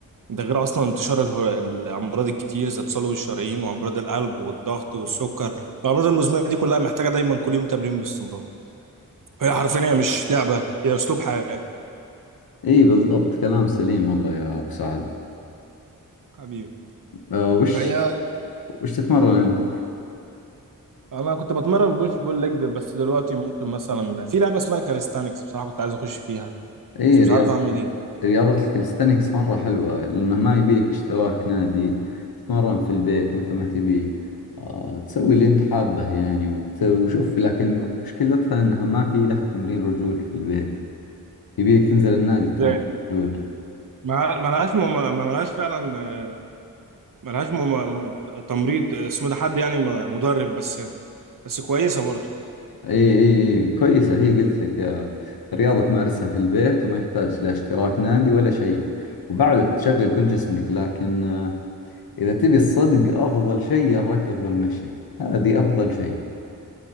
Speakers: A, on the right; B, on the left.
A: ده غير أصلا انتشار اله- الأمراض الكتير زي تصلب الشرايين وأمراض القلب والضغط والسكر الأمراض المزمنة دي كلها محتاجة دايما كل يوم تمرين باستمرار هي حرفيا هي مش لعبة هي أسلوب حياة
B: إي بالضبط كلام سليم والله يا أبو سعد
A: حبيبي
B: آه، وش
A: فهي
B: وش تتمرن
A: مم.
B: أنت؟
A: أنا كنت بتمرن بوش بول ليج دل- بس دلوقتي ممكن مثلا في لعبة اسمها الكاليستانكس بصراحة كنت عايز أخش فيها
B: إي
A: بس مش
B: رياضة
A: عارف أعمل إيه
B: رياضة الكاليستانكس مرة حلوة لأنه ما يبيلك اشتراك نادي تتمرن في البيت متى ما تبي آه، تسوي اللي أنت حابه يعني وت- وشوف لكن مشكلتها أنها ما في لها تمرين رجول في البيت يبيلك تنزل النادي تتمرن
A: يعني
B: رجول
A: ما ما لهاش مم... ما ما لهاش فعلا ما لهاش مم... تمريض اسمه ده حد يعني م- مدرب بس بس كويسه برضه
B: اي اي اي كويسة هي قلت لك آه، رياضة تمارسها في البيت وما يحتاج لا اشتراك نادي ولا شيء وبعد تشغل كل جسمك لكن آه، إذا تبي الصدق أفضل شيء الركض والمشي هذه أفضل شيء